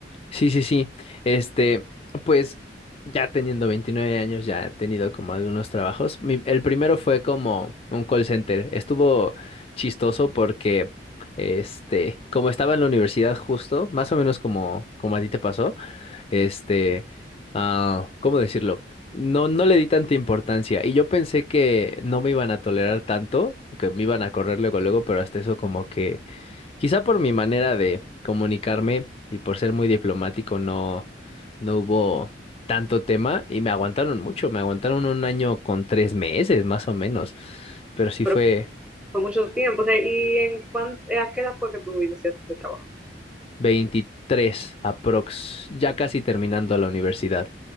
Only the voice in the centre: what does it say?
Pero
fue mucho tiempo. O sea, ¿y en cuán, eh, a qué edad fue que tú iniciaste este trabajo?